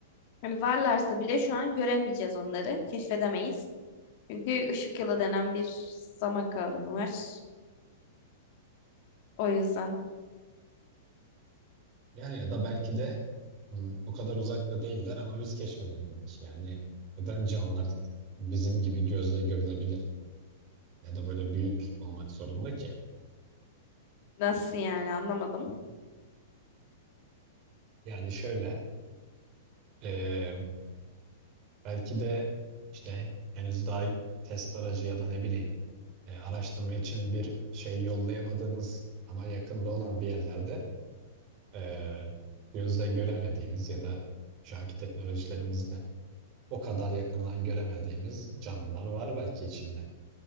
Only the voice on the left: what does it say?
Hani varlarsa bile şu an göremeyeceğiz onları, keşfedemeyiz. Çünkü ışık yılı denen bir zaman kavramı var. O yüzden
nasıl yani anlamadım.